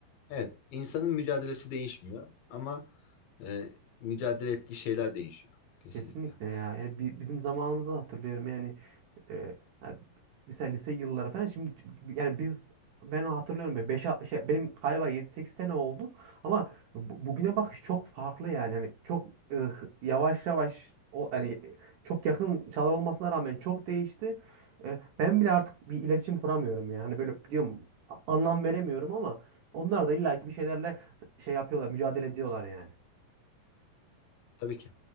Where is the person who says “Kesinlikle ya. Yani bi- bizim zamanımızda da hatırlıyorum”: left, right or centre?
Right